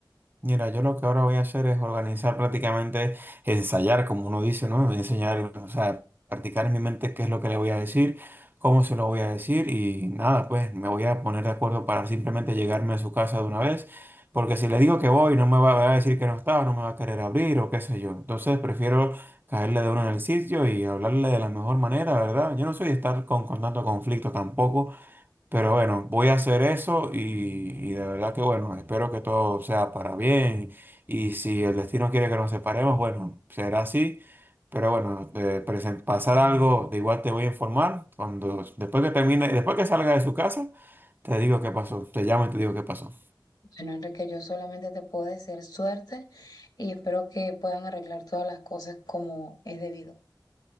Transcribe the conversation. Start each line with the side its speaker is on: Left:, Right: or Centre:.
Right: Mira, yo lo que ahora voy a hacer es organizar prácticamente, ensayar, como uno dice, ¿no? Enseñar, o sea, practicar en mi mente qué es lo que le voy a decir, cómo se lo voy a decir y nada, pues me voy a poner de acuerdo para simplemente llegarme a su casa de una vez, porque si le digo que voy, no me va va a decir que no está o no me va a querer abrir o qué sé yo. Entonces prefiero caerle de uno en el sitio y hablarle de la mejor manera, ¿verdad? Yo no soy de estar con, con tanto conflicto tampoco. Pero bueno, voy a hacer eso y, y de verdad que bueno, espero que todo sea para bien y si el destino quiere que nos separemos, bueno, será así. Pero bueno, de presen- pasar algo, de igual te voy a informar cuando después que termine, después que salga de su casa, te digo qué pasó, te llamo y te digo qué pasó.
Left: Bueno, Enrique, yo solamente te puedo desear suerte y espero que puedan arreglar todas las cosas como es debido.